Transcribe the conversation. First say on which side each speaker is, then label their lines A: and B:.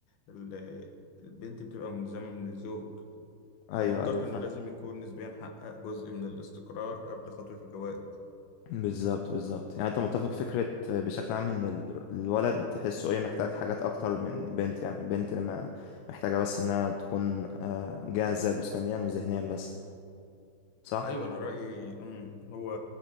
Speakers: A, on the left; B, on the left.
A: ال- البنت بتبقى ملزمة من الزوج
B: ايوه
A: فمنطقي
B: ايوه فاهم
A: إنه لازم يكون نسبيا حقق جزء من الاستقرار قبل خطوة الجواز
B: بالظبط بالظبط يعني انت متفق فكرة بشكل عام ان ال- الولد تحسه ايه محتاج حاجات اكتر من البنت يعني البنت ما محتاجة بس انها تكون آه، جاهزة جسمانيا وذهنيا بس صح؟
A: أيوة أنا رأيي أمم، هو